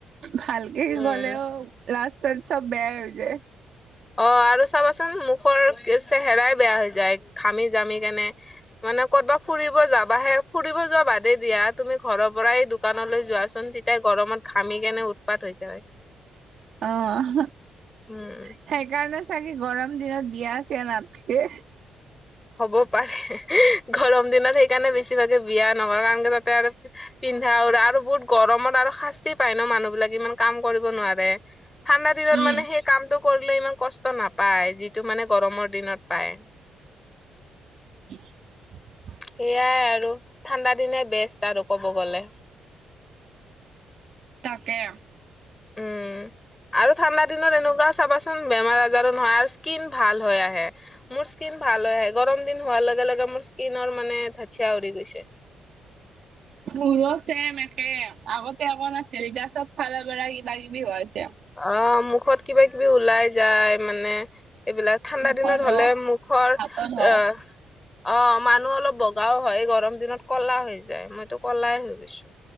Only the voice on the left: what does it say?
উম
অ' আৰু চাবাচোন মুখৰ চেহেৰাই বেয়া হৈ যায় ঘামি-জামি কেনে মানে কতবা ফুৰিব যাবা হে, ফুৰিব যোৱা বাদেই দিয়া তুমি ঘ'ৰ পৰাই দোকানলৈ যোৱাচোন তেতিয়া গৰমত ঘামি কেনে উৎপাত হৈ যায়।
উম
হ'ব পাৰে, গৰম দিনত সেইকাৰণে বেছিভাগে বিয়া নকৰা তাতে আৰু- পিন্ধা আৰু আৰু বহুত গৰমত আৰু শাস্তি পায় ন' মানুহ বিলাক ইমান কাম কৰিব নোৱাৰে। ঠাণ্ডা দিনত
মানে হেই- কামটো কৰিলে ইমান কষ্ট নাপায় যিটো মানে গৰমৰ দিনত পায়।
সেইয়াই আৰু, ঠাণ্ডা দিনে বেষ্ট আৰু ক'ব গলে।
উম' আৰু ঠাণ্ডা দিনত এনেকুৱা চাবাচোন বেমাৰ-আজাৰো নহয় আৰু স্কিন ভাল হৈ আহে। মোৰ স্কীিন ভাল হৈ আহে গৰম দিন হোৱাৰ লগে-লগে মোৰ স্কিনৰ মানে ধ'চিয়া উৰি গৈছে।
অ' মুখত কিবা-কিবি ওলাই যায় মানে, এইবিলাক ঠাণ্ডা
দিনত হলে
মুখৰ
আহ অ' মানুহ অলপ বগাও হয় গৰম দিনত ক'লা হৈ যায় মইতো কলাই হৈ গৈছো।